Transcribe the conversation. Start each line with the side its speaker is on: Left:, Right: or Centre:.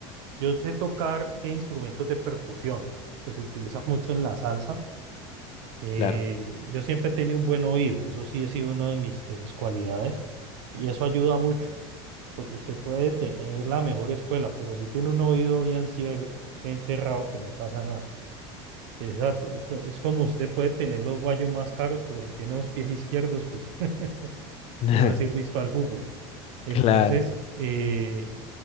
Right: Yo sé tocar e instrumentos de percusión, que se utilizan mucho en la salsa. Eh,
Left: claro.
Right: yo siempre he tenido un buen oído. Eso sí ha sido una de mis, de mis cualidades. Y eso ayuda mucho, porque usted puede tener la mejor escuela, pero si tiene un oído bien cier- bien cerrado, pues no pasa nada. Exacto. Es, es como usted puede tener los guayos más caros, pero si tiene los pies izquierdos, pues <laughs>
Left: <laughs>
Right: no le sirve para el fútbol. Entonces,
Left: Claro,
Right: eh,